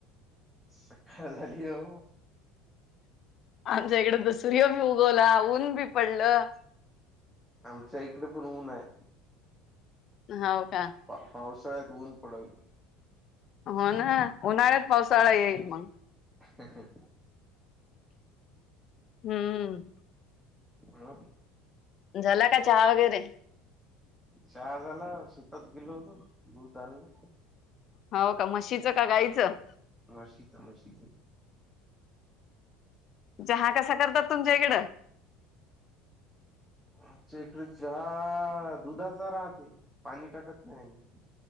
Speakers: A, in the centre; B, on the left.
A: सकाळ झाली हो.
B: आमच्या इकड तर सूर्य बी उगवला, ऊन बी पडलं.
A: आमच्या इकडे पण ऊन आहे.
B: होव का?
A: पा पावसाळ्यात ऊन पडायल.
B: हो ना, उन्हाळ्यात पावसाळा येईल मग.
A: ह ह ह.
B: हम्म.
A: हा.
B: झाला का चहा वगैरे?
A: चहा झाला शेतात गेलो होतो, दूध आणायला.
B: हो का, म्हशीचं का गायीचं?
A: मशीच मशीच!
B: चहा कसा करतात तुमच्या इकडं?
A: आमच्या इकडे चहा दुधाचा राहते, पाणी टाकत नाही आम्ही.